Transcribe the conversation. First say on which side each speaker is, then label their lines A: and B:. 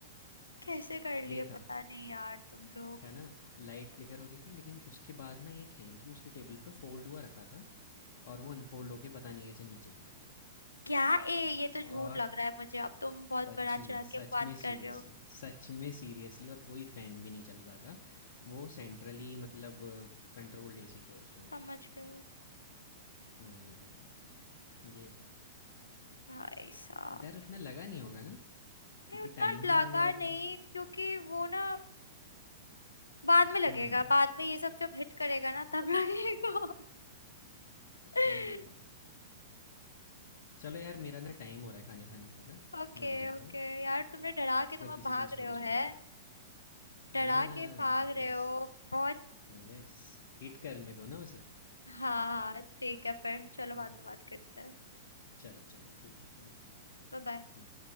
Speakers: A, on the left; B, on the left.
A: कैसे कर
B: ये
A: लिए
B: था
A: पता नहीं यार तुम लोग
B: है ना? लाइट फ्लिकर हो रही थी लेकिन उसके बाद ना एक हैंकी उसकी टेबल पे फ़ोल्ड हुआ रखा था और वो अनफ़ोल्ड होके पता नहीं कैसे नीचे गिर गया।
A: क्या ए ये तो झूठ
B: और
A: लग रहा है मुझे अब तुम बहुत
B: सच
A: बड़ा चढ़ा
B: में, सच
A: के बात
B: में
A: कर
B: सीरियसली,
A: रहे हो
B: सच में सीरियसली और कोई फ़ैन भी नहीं चल रहा था। वो सेंट्रली मतलब कंट्रोल्ड एसी थे उस रूम
A: समझ
B: में।
A: गए
B: हुँ, ये था।
A: भाई साहब
B: डर उतना लगा नहीं होगा ना? क्योंकि
A: नहीं उतना
B: टाइम
A: लगा
B: भी नहीं हुआ है उतना।
A: नहीं क्योंकि वो ना बाद में लगेगा
B: हुँ।
A: बाद में ये सब जब हिट करेगा ना तब लगेगा <laughs>
B: हुँ। <laughs> चलो यार मेरा ना टाइम हो रहा है खाने खाने का।
A: ओके
B: मैं अभी जाता
A: ओके
B: हूँ।
A: यार तुमने डरा के तुम
B: फिर
A: अब
B: किसी
A: भाग
B: दिन स्टोरी
A: रहे हो
B: सुनाऊँगा।
A: है डरा
B: हाँ,
A: के भाग
B: यस
A: रहे हो बहुत
B: यस हिट करने दो ना उसे
A: हाँ हाँ, ठीक है फिर चलो बाद
B: हम्म,
A: में बात करते हैं
B: चलो चलो ठीक है ओके
A: Bye bye
B: बाय